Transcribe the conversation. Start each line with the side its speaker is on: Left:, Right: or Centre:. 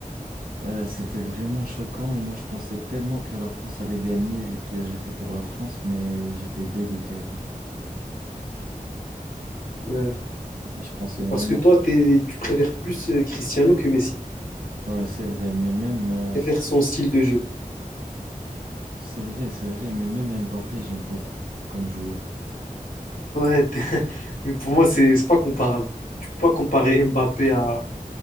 Right: euh, c'était vraiment choquant. Moi, je pensais tellement que la France allait gagner, vu que j'étais pour la France, mais j'étais dégoûté à la fin.
Left: Ouais.
Right: Je pensais vraiment
Left: Parce que toi,
Right: que...
Left: t'es- tu préfères plus euh, Cristiano que Messi
Right: Ouais, c'est vrai, mais même... euh,
Left: et faire son style de jeu.
Right: C'est vrai, c'est vrai, mais même Mbappé, j'aime beaucoup comme joueur.
Left: Ouais, t'es- <laughs> mais pour moi, c'est c'est pas comparable. Tu peux pas comparer Mbappé à,